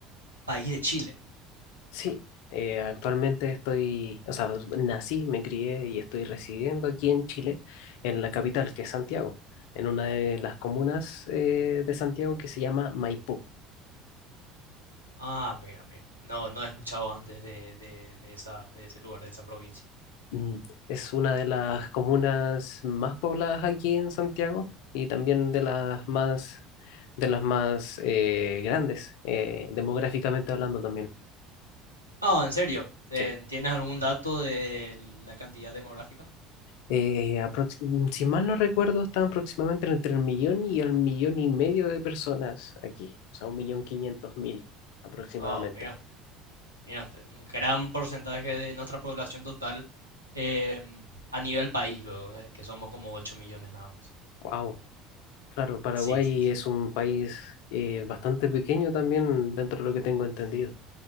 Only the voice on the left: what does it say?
Sí, eh, actualmente estoy, o sea, nací, me crié y estoy residiendo aquí en Chile, en la capital, que es Santiago, en una de las comunas eh, de Santiago que se llama Maipú.
Mm, Es una de las comunas más pobladas aquí en Santiago y también de las más, de las más eh, grandes, eh, demográficamente hablando también.
Sí.
eh, aprox- si mal no recuerdo, estaban aproximadamente entre el millón y el millón y medio de personas aquí, o sea, un millón quinientos mil aproximadamente.
Wow. Claro, Paraguay
es un país eh, bastante pequeño también dentro de lo que tengo entendido. O